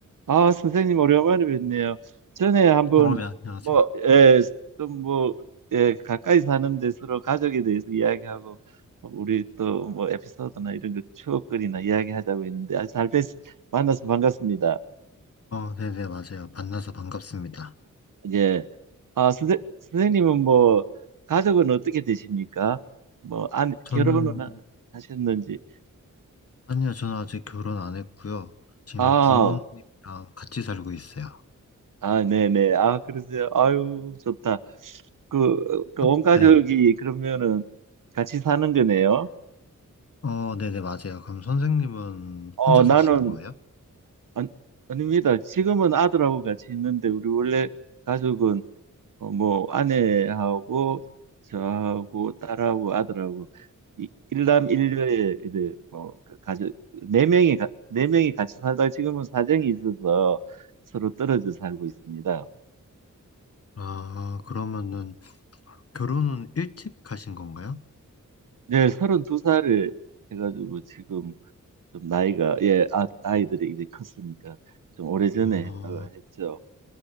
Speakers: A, on the right; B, on the left.
A: 아, 선생님 오랜만에 뵙네요. 전에 한번
B: 어, 네, 안녕하세요.
A: 뭐, 예, 좀 뭐, 예, 가까이 사는데 서로 가족에 대해서 이야기하고 우리 또 뭐 에피소드나 이런 거 추억거리나 이야기하자고 했는데 아주 잘 뵙, 만나서 반갑습니다.
B: 어, 네네, 맞아요. 만나서 반갑습니다.
A: 예. 아, 선생, 선생님은 뭐 가족은 어떻게 되십니까? 뭐, 안,
B: 저는,
A: 결혼은 하셨는지.
B: 아니요, 저는 아직 결혼 안 했고요. 지금
A: 아,
B: 부모님이랑 같이 살고 있어요.
A: 아, 네네. 아, 그러세요. 아유, 좋다. 그, 그온
B: 어?
A: 가족이
B: 네.
A: 그러면은 같이 사는 거네요.
B: 어, 네네, 맞아요. 그럼 선생님은
A: 어,
B: 혼자
A: 나는,
B: 사시는 거예요?
A: 아, 아닙니다. 지금은 아들하고 같이 있는데, 우리 원래 가족은, 어, 뭐, 아내하고, 저하고, 딸하고, 아들하고, 이- 일남일녀의, 이제 뭐, 그 가족, 네 명이, 가- 네 명이 같이 살다가 지금은 사정이 있어서 서로 떨어져 살고 있습니다.
B: 아, 그러면은 결혼은 일찍 하신 건가요?
A: 네, 서른 두 살에 해가지고 지금, 좀 나이가 예 아, 아이들이 이제 컸으니까 좀 오래전에
B: 어,
A: 했다가 했죠.